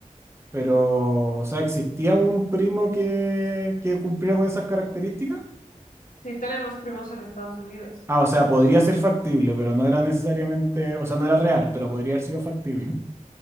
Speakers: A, on the right (about 20°); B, on the left (about 85°).
A: pero, o sea, ¿existía un primo que, que cumpliera con esas características?
B: Sí, tenemos primos en Estados Unidos.
A: Ah, o sea, podría ser factible, pero no era necesariamente, o sea, no era real, pero podría haber sido factible.